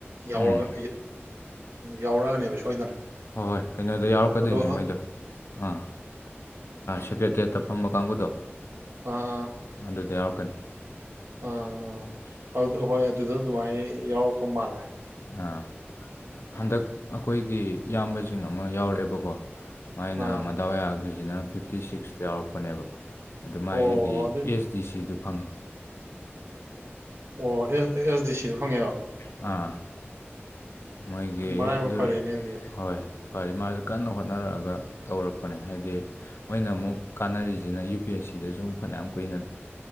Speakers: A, on the right (about 70°); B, on the left (about 70°).
A: ꯌꯥꯔꯒ
B: ꯎꯝ
A: ꯌꯥꯎꯔꯛꯑꯅꯦꯕ ꯁꯣꯏꯗꯅ
B: ꯍꯣꯏ ꯍꯣꯏ ꯀꯩꯅꯣꯗ ꯌꯥꯎꯔꯛꯀꯗꯣꯏꯅꯦ
A: ꯑꯗꯣ
B: ꯃꯣꯏꯗꯣ ꯑꯥ ꯁꯦꯀ꯭ꯔꯦꯇꯔꯤꯌꯦꯠꯇ ꯐꯝꯕ ꯀꯥꯡꯕꯨꯗꯣ
A: ꯑꯣ ꯑ
B: ꯑꯗꯨꯗ ꯌꯥꯎꯔꯛꯀꯅꯤ
A: ꯑꯥ ꯑꯗꯨ ꯍꯣꯏ ꯑꯗꯨꯗ ꯑꯗꯨꯃꯥꯏꯅ ꯌꯥꯎꯔꯛꯇꯧ ꯃꯥꯜꯂꯦ
B: ꯑꯥ ꯍꯟꯗꯛ ꯑꯩꯈꯣꯏꯒꯤ ꯏꯌꯥꯝꯕꯁꯤꯡ ꯑꯃ ꯌꯥꯎꯔꯛꯑꯦꯕꯀꯣ ꯃꯥꯏꯅ
A: ꯑꯥ
B: ꯃꯗꯥꯎ ꯌꯥꯈ꯭ꯔꯤꯁꯤꯅ ꯐꯤꯞꯇꯤ ꯁꯤꯛꯁꯇ ꯌꯥꯎꯔꯛꯄꯅꯦꯕ ꯑꯗꯨꯃꯥꯏꯒꯤ
A: ꯑꯣ ꯑꯗꯨ
B: ꯑꯦꯁ ꯗꯤ ꯁꯤꯗꯨ ꯐꯪꯉꯦ
A: ꯑꯣ ꯑꯦꯁ ꯗꯤ ꯁꯤꯗꯣ ꯐꯪꯉꯦꯕ
B: ꯑꯥ ꯃꯣꯏꯒꯤ
A: ꯃꯔꯥꯏꯕꯛ
B: ꯑꯗꯨ
A: ꯐꯔꯦꯅꯦ ꯑꯗꯨꯗꯤ
B: ꯍꯣꯏ ꯐꯔꯦ ꯃꯥꯖꯨ ꯀꯟꯅ ꯍꯣꯠꯅꯔꯛ ꯑꯒ ꯇꯧꯔꯛꯄꯅꯦ ꯍꯥꯏꯗꯤ ꯃꯣꯏꯅ ꯑꯃꯨꯛ ꯀꯥꯟꯅꯔꯤꯁꯤꯅ ꯌꯨ ꯄꯤ ꯑꯦꯁ ꯁꯤꯗꯁꯨ ꯑꯃꯨꯛ ꯐꯅꯌꯥꯝ ꯀꯨꯏꯅ